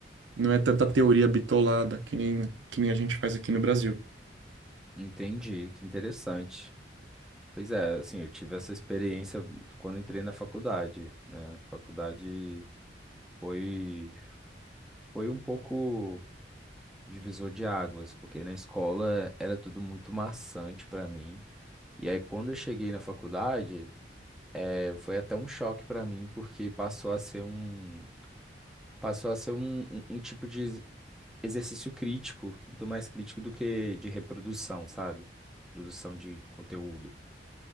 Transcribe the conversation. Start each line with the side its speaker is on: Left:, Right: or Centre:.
Right: Não é tanta teoria bitolada que nem, que nem a gente faz aqui no Brasil.
Centre: Entendi, que interessante. Pois é, assim, eu tive essa experiência quando entrei na faculdade, né? Faculdade. Foi, foi um pouco divisor de águas, porque na escola era tudo muito maçante para mim. E aí, quando eu cheguei na faculdade, eh, foi até um choque para mim, porque passou a ser um, passou a ser um, um, um tipo de ex- exercício crítico, muito mais crítico do que de reprodução, sabe? Produção de conteúdo.